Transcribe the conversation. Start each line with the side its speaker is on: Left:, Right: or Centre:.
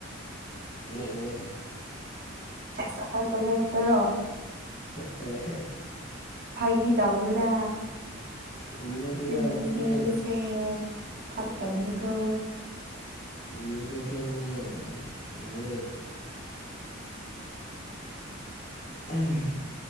Left: <unintelligible> ꯎꯋꯦ
Right: ꯁꯦꯁ ꯑꯈꯣꯢ ꯀꯣꯂꯦꯖꯇꯔꯣ
Left: ꯍꯣꯏ
Right: ꯐꯥꯒꯤ ꯇꯧꯅꯨꯗ
Left: ꯐꯥꯒꯤ ꯅꯠꯇꯦꯗ
Right: ꯆꯤꯟ
Left: ꯑꯁꯦꯡꯕꯅꯦ
Right: ꯊꯤꯕꯁꯦ ꯐꯠꯇꯕꯅꯤꯀꯣ
Left: ꯐꯒꯤ ꯅꯠꯇꯦ ꯑꯁꯦꯡꯕꯅꯦ ꯎꯋꯦ ꯍꯝ